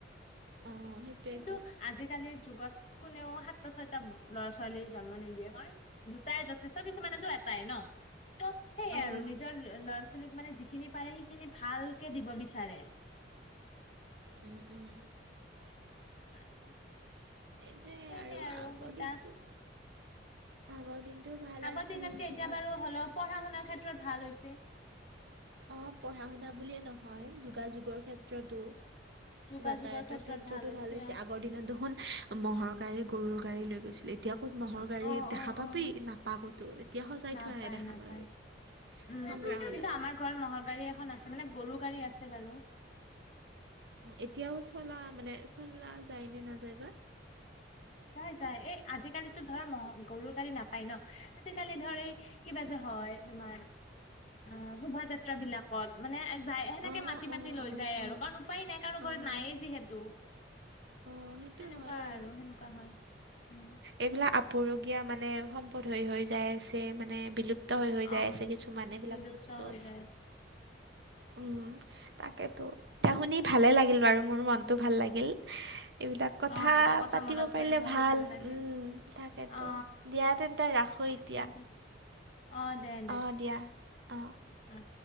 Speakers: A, on the right; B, on the left.
A: অঁ সেইটোৱেতো
B: কিন্তু আজিকালিৰ যুগত কোনেও সাতটা ছয়টা ল'ৰা ছোৱালীয়ে জন্ম নিদিয়ে কাৰণ দুটাই যথেষ্ট কিছুমানে দু এটাই ন'। ত' সেইয়াই
A: অঁ
B: আৰু নিজৰ ল'ৰা ছোৱালীক মানে যিখিনি পাৰে সেইখিনি ভালকে দিব বিচাৰে।
A: উম উম।
B: <unintelligible>
A: এতে
B: সেইয়াই
A: আৰু আগৰ
B: এতিয়া
A: দিনটো। আগৰ দিনটো ভাল
B: আগৰ
A: আছিল
B: দিনতকে এতিয়া
A: দিনত।
B: বাৰু হ'লেও পঢ়া শুনাৰ ক্ষেত্ৰত ভাল হৈছে।
A: অ পঢ়া শুনা বুলিয়ে নহয় যোগাযোগৰ ক্ষেত্ৰতো।
B: যোগাযোগৰ
A: যাতায়াতৰ
B: ক্ষেত্ৰত
A: ক্ষেত্ৰতো ভাল হৈছে
B: অ
A: আগৰ দিনত দেখোন মহ'ৰ গাড়ী গৰুৰ গাড়ী লৈ গৈছিলে। এতিয়া ক'ত ম'হৰ গাড়ী
B: অ'
A: দেখা
B: অ'
A: পাবি
B: অ'
A: নাপা ক'তো এতিয়া সজাই
B: নাপায়
A: থোৱাহে দেখা
B: নাপায়
A: পাবি।
B: উম
A: সংগ্ৰাহালয়।
B: কিন্তু আমাৰ ঘৰত ম'হৰ গাড়ী এখন আছে মানে গৰু গাড়ী আছে বাৰু।
A: এতিয়াও চলা মানে চলা যায় নে নাযায় বা।
B: যায় যায় এই আজিকালিতো ধৰ ম'হ গৰু গাড়ী নাপায় নহ আজিকালি ধৰ এই। কিবা যে হয় তোমাৰ অ শোভাযাত্ৰ ত্ৰা বিলাকত মানে যায় সেনেকে
A: অঁ
B: মাতি মাতি
A: অঁ
B: লৈ
A: অঁ
B: যায়
A: অঁ
B: আৰু। কাৰণ উপায় নাই কাৰো ঘৰত
A: অঁ
B: নাইয়ে যিহেতু
A: অঁ সেইটো
B: সেনেকুৱা
A: হয় বাৰু
B: আৰু সেনেক হয় উম।
A: এইবিলাক আপুৰুগীয়া মানে সম্পদ হৈ হৈ যায় আছে মানে বিলুপ প্ত হৈ হৈ
B: আহ
A: যায় আছে কিছুমান এইবিলাক
B: বিলুপ্ত
A: বস্তু।
B: হৈ যায়
A: উম তাকেতো এতিয়া শুনি ভালেই লাগিল বাৰু মোৰ মনটো ভাল লাগিল। এইবিলাক কথা
B: অ আগৰ কথা
A: পাতিব
B: মনত
A: পাৰিলে
B: কৰি মোৰো
A: ভাল
B: লাগিল
A: উম তাকেটো
B: অ
A: দিয়া তেন্তে ৰাখোঁ। <unintelligible>
B: <unintelligible> অ। দে দে
A: অ দিয়া অ।
B: অ